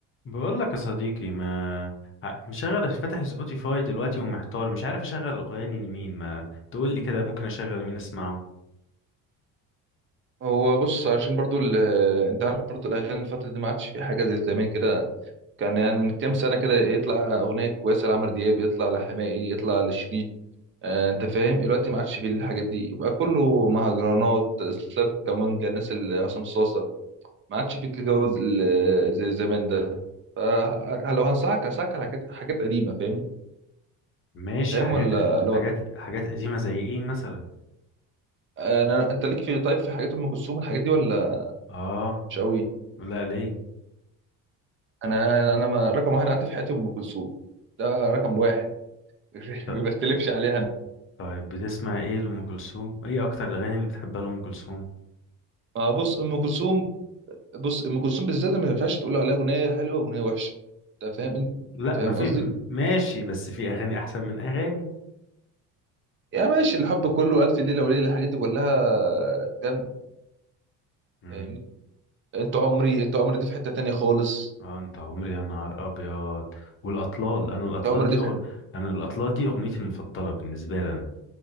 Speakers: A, on the left; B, on the right.
A: بقول لك يا صديقي ما ع- مشغل فاتح سبوتيفاي دلوقتي ومحتار مش عارف اشغل اغاني لمين ما تقول لي كده ممكن اشغل مين اسمعه
B: هو بص عشان برضو ال... آه، انت عارف برضو الاغاني الفتره دي ما عادش في حاجه زي زمان كده كان يعني من كام سنه كده يطلع اغنيه كويسه لعمرو دياب يطلع لحماقي يطلع لشيرين آه انت فاهم دلوقتي ما عادش فيه الحاجات دي يبقى كله مهرجانات سلاب كمانجا الناس اللي عصام صاصه ما عادش فيه الجو ال- آه، زي زمان ده فلو هنصحك هنصحك على حاجات حاجات قديمه فاهمني
A: ماشي
B: فاهم
A: حاجات
B: ولا لو
A: حاجات حاجات قديمة زي ايه مثلا
B: انا انت ليك في طيب في حاجات ام كلثوم الحاجات دي ولا
A: اه
B: مش قوي
A: لا ليه
B: انا انا ما رقم واحد عندي في حياتي ام كلثوم ده رقم واحد <laughs>
A: ط-
B: ما بختلفش عليها انا
A: طيب بتسمع ايه لأم كلثوم ايه اكتر الاغاني اللي بتحبها لأم كلثوم
B: ما بص ام كلثوم بص ام كلثوم بالذات ما ينفعش تقول عليها اغنيه حلوه واغنيه وحشه انت فاهم انت
A: لا
B: فاهم
A: ما في
B: قصدي
A: م- ماشي بس في اغاني احسن من اغاني
B: يا ماشي الحب كله الف ليله وليله الحاجات دي كلها جامده
A: امم
B: فاهمني انت عمري انت عمري دي في حته تانية خالص
A: اه انت عمري يا نهار ابيض والاطلال انا الاطلال
B: انت عمري
A: دي
B: دي
A: أغن...
B: في حته
A: انا الاطلال دي اغنيتي المفضلة بالنسبة لي أنا.